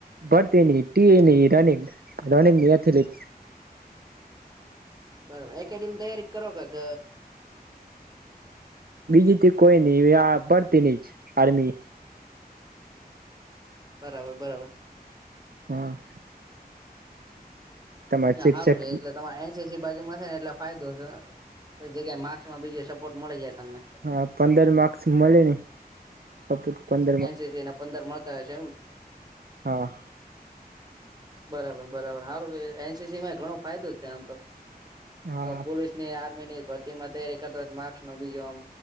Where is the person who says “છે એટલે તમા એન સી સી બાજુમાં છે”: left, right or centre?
Right